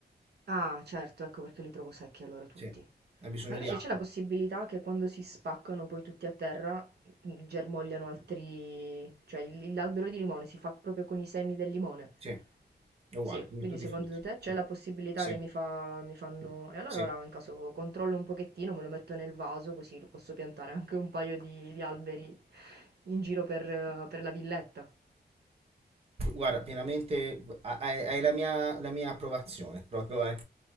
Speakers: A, on the right (about 70°); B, on the right (about 35°).
A: Ah, certo, ecco perché li trovo secchi allora tutti.
B: Sì, ha bisogno
A: Ma invece
B: di acqua.
A: c'è la possibilità che quando si spaccano poi tutti a terra mm, germogliano altri... cioè il- l'albero di limone si fa proprio con i semi del limone.
B: Sì, è uguale,
A: Sì,
B: come
A: quindi
B: tutti
A: secondo
B: i frutti.
A: te c'è la possibilità
B: Sì,
A: che mi fa- mi fanno... E allora
B: Sì,
A: ora in caso controllo un pochettino, me lo metto nel vaso così posso piantare anche un paio di, di alberi in giro per, eh, per la villetta.
B: guarda, pienamente ha- hai, hai la mia, la mia approvazione, <laughs> proprio hai,